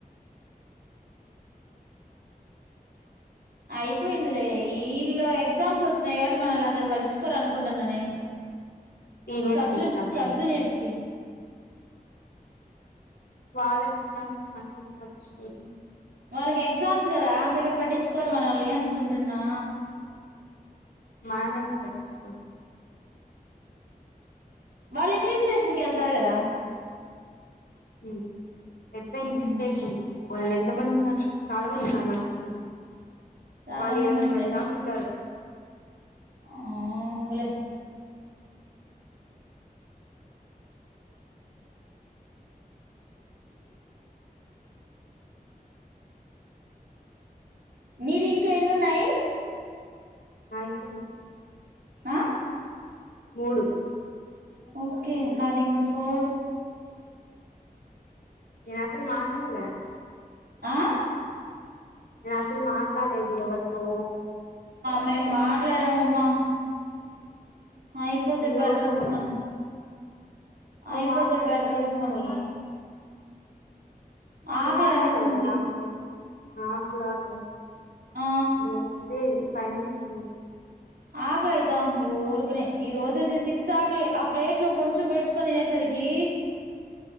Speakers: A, on the right (about 80°); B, on the left (about 80°).
A: అయిపోయిందిలే ఈల్ళు ఎగ్జామ్స్ వస్తున్నాయ్ కాబట్టి మనళ్ని అంత పట్టిచుకోర్ అనుకుంటన్నా నేను
B: సీనియర్స్
A: సబ్జున్
B: కి ఎగ్జామ్స్
A: సబ్జూనియర్స్కి
B: అని వాళ్ళక్ ఎగ్జామ్స్ ఉంట మనక్ ఎందుక్ పట్టించుకోరు
A: వాళ్ళకి ఎగ్జామ్స్ కదా అంతగా పట్టించుకోరు మనల్ని అనుకుంటున్నా
B: మనలోని ఎందుక్ పటిించుకోర్
A: వాళ్ళ్ ఇన్విజిలేషన్ ఎళ్తార్ కదా
B: హా పెద్ద ఇంజిప్లేషన్
A: ఉమ్
B: వాళ్ళ్ ఎంతమంది ఉన్నారు చాలా మంది ఉన్నారు
A: చాలా
B: వాళ్ళ్ ఎనభై
A: ఉంటే
B: మంది దాకుంటారు
A: ఆ అంగులే మిది ఇంకా ఎన్నిన్నాయి
B: నాయక
A: ఆ
B: మూడు
A: ఓకే నా ఇంకా ఫర్
B: నేను అసలు మా అంటల
A: ఆ
B: నేను అసలు మాట్లాడలేదు అది ఎవరితో
A: మె మాట్లాడవమా అయిపోతే
B: నువ్వు
A: బెటర్
B: ఎవరితోనో
A: అనుకున్నాను
B: నువ్వు
A: అయిపోోతే
B: మాట్లా
A: బెటర్
B: నువ్వు
A: అనుకోని
B: చేస్తావు
A: ఆకలి
B: నువ్వు మాట్లాడవు
A: వేస్తుంది
B: కదా నా ఫోన్ తో నాకు కూడా ఆకలి వేస్తుంది
A: ఆ
B: నమస్తే ఫైవ్ మినిట్స్ ఫినిష్
A: ఆకలిైతా ఉంది ఊరుకనే ఈ రోజయితే పిచ్చి ఆకలి ఆ ప్లేట్ లో కొంచెం పెట్టించుకొని తినేసరికి